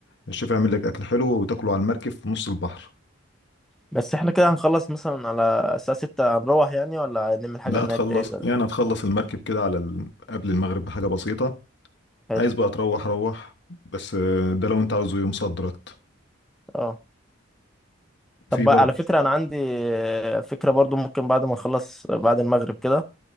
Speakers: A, on the left; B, in the centre.
A: الشيف يعمل لك اكل حلو وتاكله على المركب في نص البحر
B: بس احنا كده هنخلص مثلا على الساعه 6 هنروح يعني ولا نعمل حاجه
A: لا
B: هناك
A: تخلص
B: تاني ولا
A: يعني هتخلص المركب كده على ال... قبل المغرب بحاجه بسيطه
B: حلو
A: عايز بقى تروح روح بس آه، ده لو انت عاوزه يوم صدرت
B: اه
A: في
B: طب بقى
A: برضه
B: على فكره انا عندي آه، فكره برضو ممكن بعد ما نخلص بعد المغرب كده